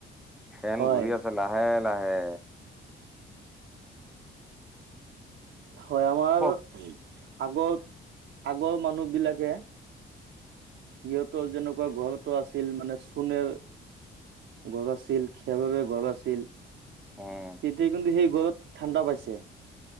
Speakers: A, in the centre; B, on the right.
A: ফেন
B: হয়
A: ঘূৰি আছে লাহে লাহে।
B: হয় আমাৰ
A: কওক
B: আগত আগৰ মানুহ বিলাকে সিহঁতৰ যেনেকুৱা ঘৰটো আছিল মানে চোণেৰ ঘৰ আছিল খেৰৰে ঘৰ আছিল। তেতিয়া
A: উম
B: কিন্তু সেই ঘৰত ঠাণ্ডা পাইছে।